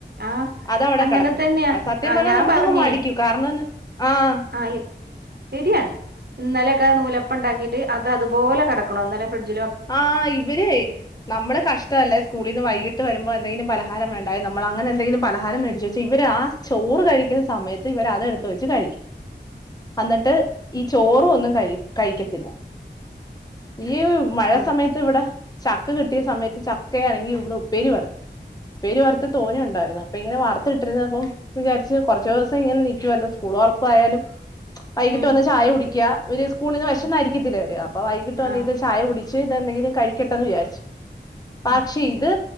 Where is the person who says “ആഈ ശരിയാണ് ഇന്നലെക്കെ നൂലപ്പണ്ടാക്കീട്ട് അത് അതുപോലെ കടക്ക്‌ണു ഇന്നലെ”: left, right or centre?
Right